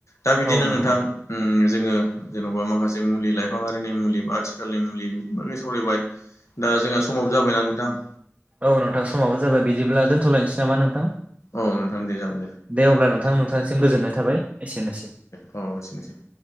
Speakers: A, on the left (about 75°); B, on the right (about 30°).
A: दा बिदिनो
B: औ नंगौ
A: नोंथां ओम जोङो जेन'बा माखासे मुलि लाइफाङारिनि मुलि बा आथिखालनि मुलि बागै सावरायबाय। दा जोंहा समाव जाबायना नोंथां।
B: औ नोंथां समाबो जाबाय बिदिब्ला दोनथ'लायनोसै नामा नोंथां?
A: औ नोंथां दे जागोन
B: दे अब्ला नोंथां नोंथांनिसिम गोजोननाय थाबाय एसेनोसै।
A: अ एसेनोसै।